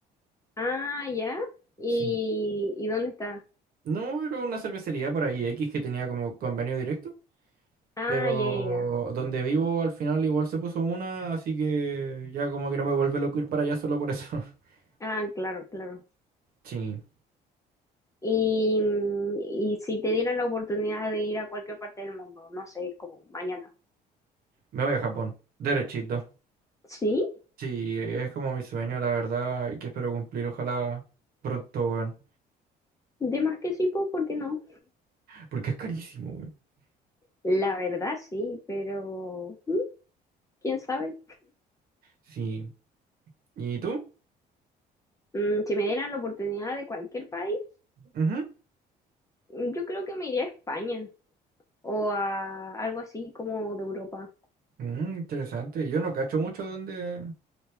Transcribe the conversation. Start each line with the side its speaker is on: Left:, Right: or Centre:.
Left: Ah, ya. ¿Y,
Right: Sí.
Left: y dónde está?
Right: No, era una cervecería por ahí X que tenía como convenio directo,
Left: Ah,
Right: pero
Left: ya, ya, ya.
Right: donde vivo al final igual se puso una, así que ya como que no me vuelve loco ir para allá solo por eso. <laughs>
Left: Ah, claro, claro.
Right: Sí,
Left: Y, mm, y si te dieran la oportunidad de ir a cualquier parte del mundo, no sé, como mañana.
Right: me voy a Japón, derechito.
Left: ¿Sí?
Right: Sí, es como mi sueño, la verdad, y que espero cumplir, ojalá pronto, weón.
Left: De más que sí, pues, ¿por qué no?
Right: Porque es carísimo, weón.
Left: La verdad sí, pero mm, ¿Quién sabe?
Right: Sí. ¿Y tú?
Left: Mm, si me dieran la oportunidad de cualquier país,
Right: Ujú.
Left: mm, yo creo que me iría a España o a algo así como de Europa.
Right: Mm, interesante. Yo no cacho mucho dónde,